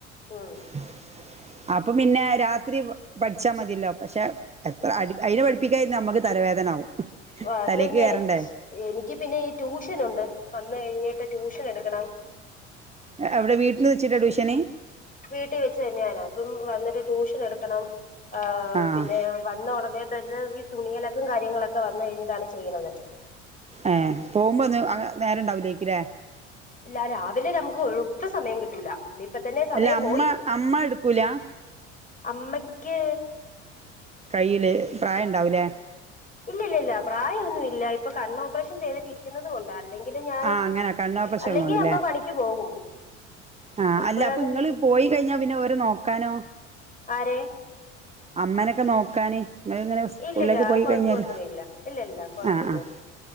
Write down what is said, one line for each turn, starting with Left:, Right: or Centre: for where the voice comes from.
Left: ഉം.
Right: <inaudible> അപ്പം പിന്നെ രാത്രി പഠിച്ചാ മതിയല്ലോ പക്ഷെ എത്ര അടി അയിനെ പഠിപ്പിക്കാ ഇര്ന്നാ നമ്മക്ക് തലവേദന ആവും.
Left: അതന്നെ
Right: തലേക്ക് കേറണ്ടേ.
Left: എനിക്ക് പിന്നെ ഈ ട്യൂഷനുണ്ട്. വന്ന് കഴിഞ്ഞിട്ട് ട്യൂഷൻ എടുക്കണം.
Right: അഹ് അവിടെ വീട്ടിൽ വെച്ചിട്ടാ ട്യൂഷന്?
Left: വീട്ടി വെച്ച് തന്നെയാന് അപ്പം വന്നിട്ട് ട്യൂഷൻ എടുക്കണം. ഏഹ്
Right: ആഹ്
Left: പിന്നെ വന്ന ഉടനെ തന്നെ ഈ തുണിയലക്കും കാര്യങ്ങളൊക്കെ വന്ന് കഴിഞ്ഞിട്ടാണ് ചെയ്യ്ണത്.
Right: ഏഹ്. പോവുമ്പൊന്നും അങ നേരം ഉണ്ടാവൂല്ലേക്കുല്ലേ.
Left: ഇല്ല രാവിലെ ര നമുക്ക് ഒട്ടും സമയം കിട്ടൂല. ദേ ഇപ്പ തന്നെ സമയം
Right: അല്ല അമ്മ
Left: പോയി
Right: അമ്മ എടുക്കൂലാ?
Left: അമ്മക്ക്യ്
Right: കയ്യില് പ്രായം ണ്ടാവൂലേ.
Left: ഇല്ല ഇല്ലല്ല പ്രായ ഒന്നുവില്ല. ഇപ്പൊ കണ്ണ് ഓപ്പറേഷൻ ചെയ്തിട്ട് ഇരി ക്കുന്നത് കൊണ്ടാ അല്ലെങ്കിൽ ഞാന്
Right: ആഹ് അങ്ങനെ കണ്ണോപ്പറേഷൻ
Left: അല്ലെങ്കി
Right: ഉള്ളോണ്ട്ല്ലേ
Left: അമ്മ പണിക്ക് പോകും.
Right: ആഹ്
Left: ഇപ്പോഴാണ്
Right: അല്ല അപ്പൊ ഇങ്ങള്
Left: വീട്ടിൽ
Right: പോയി കഴിഞ്ഞാ പിന്നെ ഓരെ നോക്കാനോ.
Left: ആരെ?
Right: അമ്മനൊക്ക നോക്കാന്. ഇങ്ങള്ങ്ങനെ സ്കൂളിലേക്ക്
Left: ഇല്ലില്ല
Right: പോയി
Left: കൊഴപ്പൊന്നുമില്ല
Right: കഴിഞ്ഞാൽ
Left: ഇല്ലില്ല കൊഴപ്പൊന്നുമില്ല
Right: ആഹ് ആഹ്